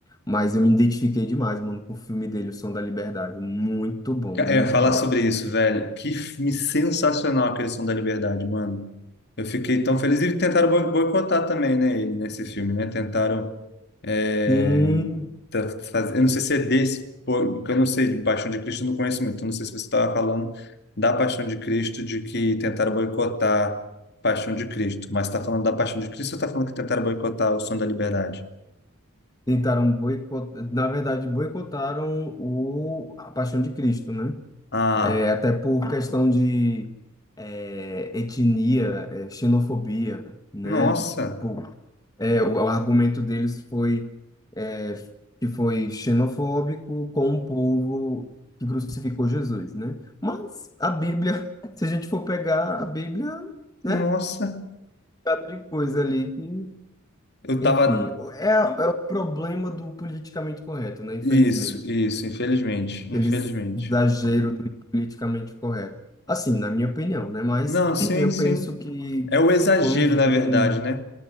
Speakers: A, on the left; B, on the left.
A: Mas eu me identifiquei demais, mano, com o filme dele, O Som da Liberdade. Muito bom,
B: Ca- Eu
A: muito
B: ia falar
A: bom.
B: sobre isso, velho. Que filme sensacional aquele Som da Liberdade, mano. Eu fiquei tão feliz. E tentaram boi- boicotar também, né, ele, nesse filme, né? Tentaram. é,
A: Sim,
B: tá faz- Eu não sei se é desse, pô, porque eu não sei, de Paixão de Cristo eu não conheço muito. Eu Não sei se você estava falando da Paixão de Cristo, de que tentaram boicotar Paixão de Cristo. Mas está falando da Paixão de Cristo ou está falando que tentaram boicotar o Som da Liberdade?
A: tentaram boicotar, na verdade, boicotaram o A Paixão de Cristo, né?
B: Ah,
A: É, até por questão de é, etnia, é, xenofobia, né?
B: nossa!
A: Por, É, o, o argumento deles foi é, que foi xenofóbico com o povo que crucificou Jesus, né? Mas a Bíblia, se a gente for pegar a Bíblia, né?
B: Nossa!
A: Cada de coisa ali que,
B: Eu tava
A: enfim, é, é o problema do politicamente correto, né? Infelizmente,
B: Isso, isso, infelizmente,
A: eles
B: infelizmente.
A: exagero do politicamente correto. Assim, na minha opinião, né? Mas
B: Não, sim,
A: <clears throat> eu
B: sim.
A: penso que
B: É o exagero,
A: foi um,
B: na
A: um-
B: verdade, né?